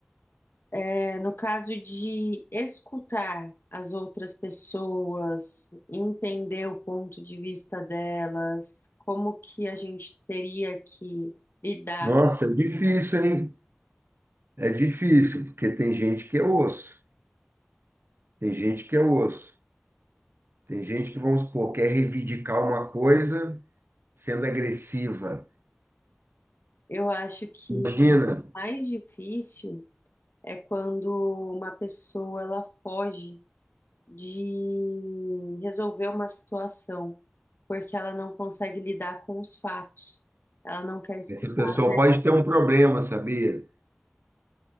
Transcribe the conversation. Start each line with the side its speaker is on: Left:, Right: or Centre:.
Left: é, no caso de escutar as outras pessoas, entender o ponto de vista delas, como que a gente teria que lidar?
Right: Nossa, é difícil, hein? É difícil, porque tem gente que é osso, tem gente que é osso, tem gente que, vamos supor, quer reivindicar uma coisa sendo agressiva.
Left: Eu acho que
Right: Imagina,
Left: mais difícil. é quando uma pessoa ela foge de resolver uma situação porque ela não consegue lidar com os fatos. Ela não quer escutar
Right: essa pessoa
Left: a verdade.
Right: pode ter um problema, sabia?